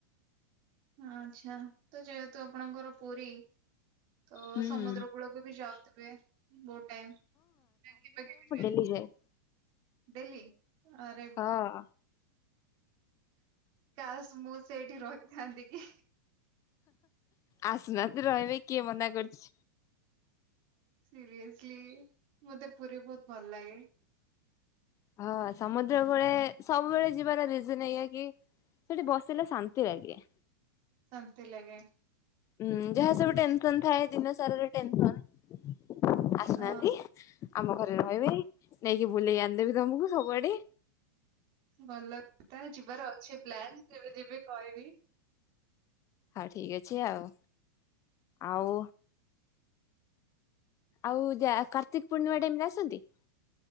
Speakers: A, on the right; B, on the left.
A: ଆଛା, ତ ଯେହେତୁ ଆପଣଙ୍କର ପୁରୀ ଅ
B: ହୁଁ।
A: ସମୁଦ୍ର କୂଳକୁ ବି ଯାଉଥିବେ ବହୁତ ଟାଇମ। ନା କେବେ କେବେ ଯାଆ
B: ବୁଲି ଯାଏ।
A: ଡେଲି ଆରେ
B: ହଁ
A: କାଶ୍ ମୁଁ ସେଇଠି ରହିଥାନ୍ତି କି?
B: ଆସୁନାହାନ୍ତି ରହିବେ କିଏ ମନା କରୁଚି।
A: ସିରିଏସଲି ମତେ ପୁରୀ ବହୁତ ଭଲ ଲାଗେ।
B: ହଁ ସମୁଦ୍ର କୂଳେ ସବୁବେଳେ ଯିବାର ରିଜନ ଏଇଆ କି ସେଠି ବସିଲେ ଶାନ୍ତି ଲାଗେ।
A: ଶାନ୍ତି ଲଗେ।
B: ହୁଁ ଯାହା ସବୁ ଟେନସନ ଥାଏ ଦିନ ସାରାର ଟେନସନ। ଆସୁନାହାନ୍ତି।
A: ହଁ
B: ଆମ ଘରେ ରହିବେ। ନେଇକି ବୁଲେଇ ଆଣିଦେବି ତମକୁ ସବୁଆଡେ।
A: ଭଲଥା ଯିବାର ଅଛି ପ୍ଲାନ୍ ଯେବେ ଯିବି କହିବି।
B: ଆ ଠିକ ଅଛି ଆଉ। ଆଉ ଆଉ ଯା କାର୍ତ୍ତିକ ପୂର୍ଣ୍ଣିମା ଟାଇମ ରେ ଆସନ୍ତି?